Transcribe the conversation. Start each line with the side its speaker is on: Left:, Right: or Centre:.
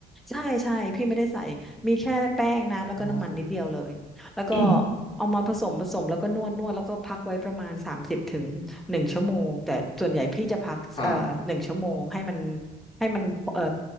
Centre: ใช่ใช่พี่ไม่ได้ใส่มีแค่แป้งน้ำแล้วก็น้ำมันนิดเดียวเลยแล้วก็
Left: อ๋อ <coughs>
Centre: เอามาผสมผสมแล้วก็นวดนวดแล้วก็พักไว้ประมาณสามสิบถึงหนึ่งชั่วโมงแต่ส่วนใหญ่พี่จะพักเอ่อหนึ่งชั่วโมงให้มัน
Left: ครับ
Centre: ให้มันเอ่อ